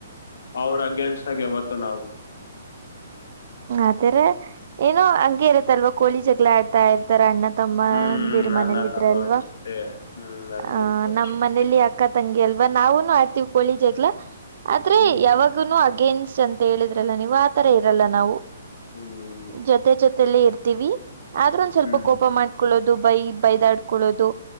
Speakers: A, on the left; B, on the right.
A: ಅವ್ರ ಅಗೇನ್ಸ್ಟ್ ಹಾಗಿ ಯಾವತ್ತು ನಾವು.
B: ಅತರ ಏನೋ ಹಂಗೆ ಇರತ್ತಲ್ವ ಕೋಳಿ ಜಗಳ ಆಡ್ತಾ. ಅಣ್ಣ ತಮ್ಮಂದಿರ್
A: ಹ್ಮ್
B: ಮನೇಲಿ
A: ಅಣ್ಣ
B: ಇದ್ರ
A: ತಮ್ಮ
B: ಅಲ್ವಾ
A: ಅಷ್ಟೇ ಹ್ಮ್ ಹಂಗೆ
B: ಆಹ ನಮ್ಮ್ ಮನೇಲಿ
A: ಹ್ಮ್
B: ಅಕ್ಕ. ತಂಗೆ ಅಲ್ವಾ ನಾವುನು ಆಡ್ತೀವಿ ಕೋಳಿಜಗಳ ಆದ್ರೆ
A: ಹ್ಮ್
B: ಯಾವಾಗ ಅಗೇನ್ಸ್ಟ್ ಅಂತ ಹೇಳಿದ್ರಲ್ಲ ನೀವು ಆತರ ಇರಲ್ಲ ನಾವು
A: ಹ್ಮ್
B: ಜೊತೆ ಜೊತೆ ಇರ್ತೀವಿ ಆದ್ರ ಒಂದ್ ಸ್ವಲ್ಪ
A: ಹ್ಮ್
B: ಕೋಪ ಮಾಡ್ಕೊಳ್ಳೋದು ಬೈ ಬೈದಾಡ್ಕೊಳ್ಳೋದು.